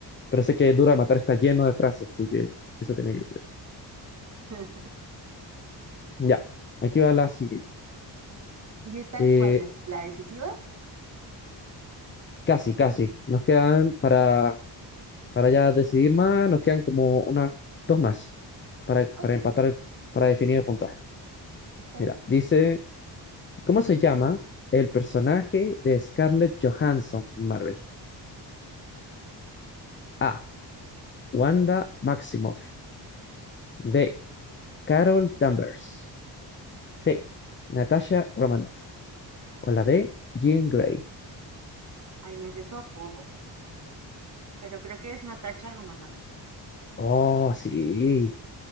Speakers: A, on the left; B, on the right.
A: Pero sé que duro de matar está lleno de frases, así que eso tenía que ser.
B: <laughs>
A: Ya, aquí va la siguiente.
B: ¿Y esta
A: Eh,
B: cuál es? ¿La decisiva?
A: casi, casi. Nos quedan para, para ya decidir más, nos quedan como una, dos más para,
B: Ok,
A: para empatar, el- para definir el puntaje.
B: está
A: Mira,
B: bien.
A: dice, ¿cómo se llama el personaje de Scarlett Johansson en Marvel? A. Wanda Maximoff. B. Carol Danvers. C. Natasha Romanoff. O la D. Jean Grey.
B: Ay, me sé su apodo, pero creo que es Natacha Romanoff.
A: Oh, sí.